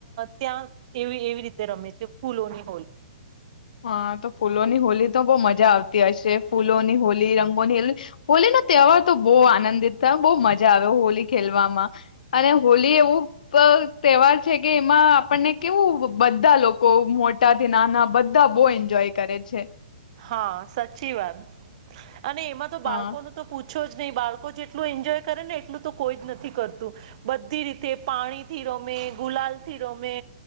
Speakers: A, on the right (about 45°); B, on the left (about 60°).
A: ત્યાં એવી એવી રીતે રમે છે ફૂલોની હોલી
B: હા તો ફૂલોની હોલી તો બહુ મજા આવતી હશે ફૂલોની હોલી રંગોની હો હોલીનોો તહેવાર તો બહુ આનંદિત થ બહુ મજા આવ હોલી ખેલવામાં અને હોલી એવું તહેવાર છે કે એમાં આપણને કેવું બધા લોકો મોટાથી નાના બા બધા બહુ એન્જોય કરે છે.
A: હા સાચી વાત. અને એમાં તો
B: હા
A: બાળકો ન તો પૂછ છો જ નહી બાળકો જેટલું એન્જોય કરે ને એટલું તો કોઈ જ નથી કરતું. બધી રીતે પાણીથી રમે ગુલાલ થી રમે